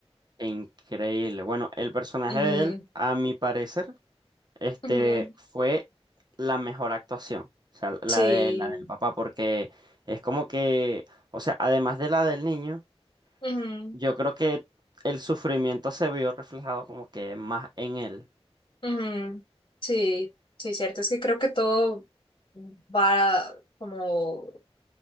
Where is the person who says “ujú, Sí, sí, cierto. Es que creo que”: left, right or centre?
Left